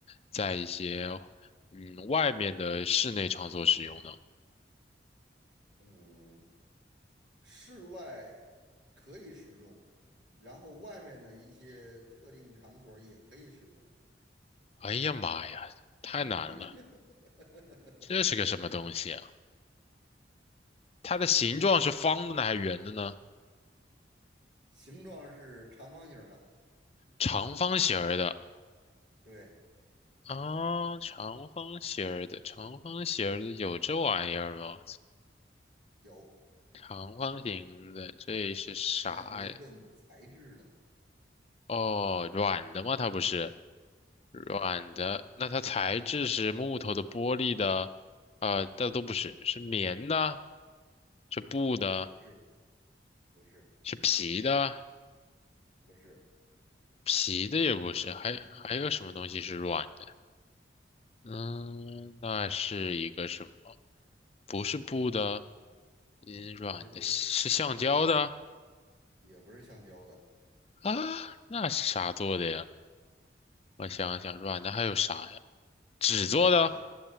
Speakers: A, on the left; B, on the right.
A: 在一些嗯外面的室内场所使用呢？
B: 嗯，室外可以使用，然后外面的一些特定场所也可以使用。
A: 哎呀妈呀，太难了，
B: <laughs>
A: 这是个什么东西啊？它的形状是方的呢还是圆的呢？
B: 形状是长方形儿的，
A: 长方形儿的
B: 对，
A: 啊，长方形儿的，长方形儿的有这玩意儿吗？我操
B: 有，
A: 长方形的，这是啥呀？
B: 还没问材质呢，
A: 哦，软的吗？它不是软的，
B: 对，
A: 那它材质是木头的、玻璃的，呃，那都不是，是棉的，是布的，
B: 也不是，不是，
A: 是皮的，
B: 不是
A: 皮的也不是，
B: 软的嘛，
A: 还还有什么东西是软的？嗯，那是一个什么？不是布的，嗯，软的，
B: 不是布的，
A: 是橡胶的
B: 也不是橡胶的，
A: 啊？那是啥做的呀？我想想，软的还有啥呀？纸做的，
B: 对呀、